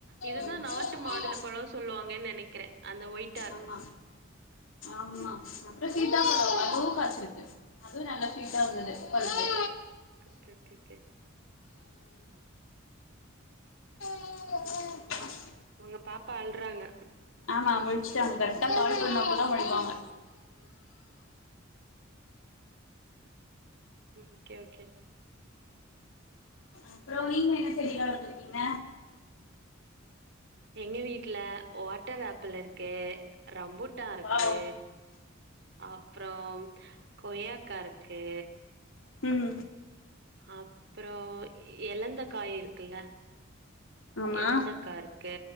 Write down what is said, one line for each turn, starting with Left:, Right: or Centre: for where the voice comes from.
Right: இதுதா
Left: ஆமா ம்
Right: நாட்டு மாதுள பழோ சொல்லுவாங்கன் நெனக்கிறே அந்த ஒயிட்
Left: ஆமா ஆமா அப்றொ சீதாப்பழோ அதுவு காச்சுருக்கு அதுவு நல்ல ஸ்வீட்டா இருந்துது பல்ப்பு
Right: க கெ கெ கே
Left: <unintelligible>
Right: உங்க பாப்பா அள்றாங்க
Left: ஆமா முழிச்டாங்க கரெக்டா கால் பண்ணப்பதா முழிப்பாங்க
Right: ம் கே ஓகே
Left: அப்புறோ நீங்க என்ன செடிலாம் வளத்துருக்கீங்க
Right: எங்க வீட்டில வாட்டர் ஆப்பிள் இருக்கு ரம்புட்டான் இருக்கு
Left: வாவ்
Right: அப்புறோ கொய்யாக்கா இருக்கு
Left: ம்
Right: அப்புறோ எலந்த காய் இருக்குல்ல
Left: ஆமா
Right: எழந்தக்கார் கு